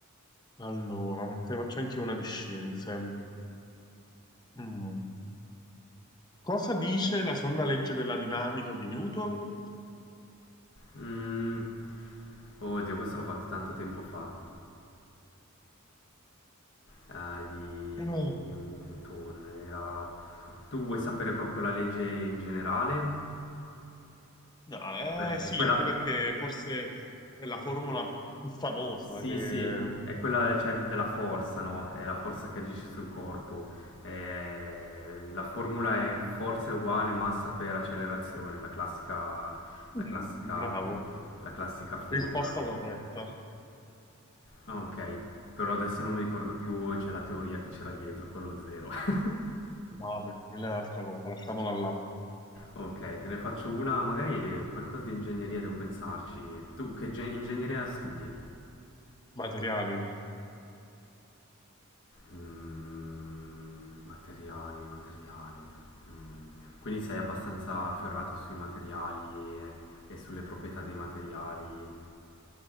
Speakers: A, on the left; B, on the left.
A: allora, te ne faccio anche una di scienze. Mm. Cosa dice la seconda legge della dinamica di Newton?
B: Mm, oddio, questo l'ho fatto tanto tempo fa, eh, di
A: No,
B: Newton. Era... Tu vuoi sapere proprio la legge in generale?
A: No,
B: Beh,
A: eh, sì,
B: È quella...
A: anche perché forse è la formula più famosa
B: Sì,
A: che...
B: sì, è quella, cioè, della forza, no? È la forza che agisce sul corpo. Eh, La formula è forza è uguale massa per accelerazione, la classica,
A: Mm,
B: la classica,
A: bravo,
B: la classica formula.
A: risposta corretta.
B: Ah, Ok, però adesso non mi ricordo più, c'è la teoria che c'era dietro con lo zero. <laughs>
A: Vabbè, quella è un'altra cosa, lasciamola là.
B: Ok, te ne faccio una, magari qualcosa di ingegneria devo pensarci. Tu che ge- ingegneria studi?
A: Materiali,
B: Mm, materiali, materiali. Mm, Quindi sei abbastanza afferrato sui materiali e, e sulle proprietà dei materiali